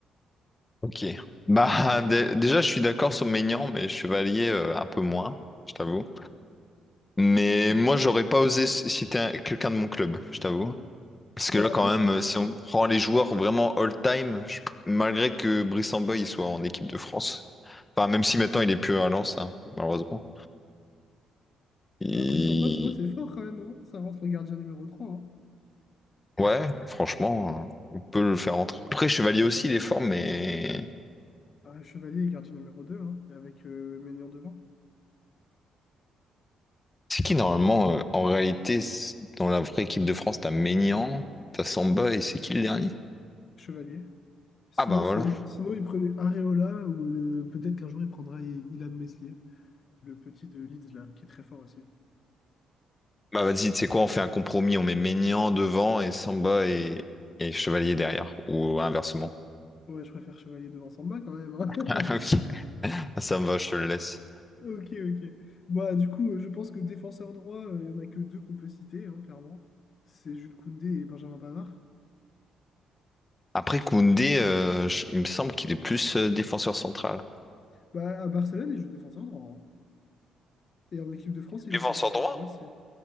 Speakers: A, on the left; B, on the left.
A: Ok. Bah, dé- déjà, je suis d'accord sur Maignan, mais Chevalier euh, un peu moins, je t'avoue. Mais
B: Tu-
A: moi, j'aurais pas osé c- citer un- quelqu'un de mon club, je t'avoue. Parce que
B: Bah,
A: là, quand
B: Brice.
A: même, euh, si on prend les joueurs vraiment all-time, je- malgré que Brice Samba il soit en équipe de France, enfin, même si maintenant il est plus à Lens, hein, malheureusement. Il-
B: Bah, Brice Horba, pour moi, c'est fort quand même. hein. Ça rentre en gardien numéro trois. hein.
A: Ouais, franchement, euh, on peut le faire entrer. Après, Chevalier aussi, il est fort, mais
B: Ah, Chevalier est gardien numéro 2 hein, avec euh, Maignan devant.
A: c'est qui normalement,
B: Je sais pas ce que...
A: euh, en réalité, c'est- dans la vraie équipe de France, t'as Maignan, t'as Samba et c'est qui le dernier?
B: Chevalier. Sinon,
A: Ah bah voilà.
B: c'est... Sinon, il prenait Areola ou euh, peut-être qu'un jour, il prendra I- Ilan Meslier, le petit de Leeds, là, qui est très fort aussi.
A: Bah vas-y, tu sais quoi, on fait un compromis, on met Maignan devant et Samba et, et Chevalier derrière, ou inversement.
B: Ouais, je préfère Chevalier devant Samba quand même. hein.
A: <laughs> Ok.
B: <laughs>
A: Ça me va, je te le laisse.
B: Ok, ok. Bah, du coup, euh, je pense que défenseur droit, euh, il y en a que deux qu'on peut citer, hein, clairement. C'est Jules Koundé et Benjamin Pavard.
A: Après Koundé, euh, je- il me semble qu'il est plus euh, défenseur central.
B: Bah, à Barcelone, il joue défenseur droit. hein. Et en équipe de France, il
A: Défenseur
B: joue défenseur
A: droit?
B: droit aussi.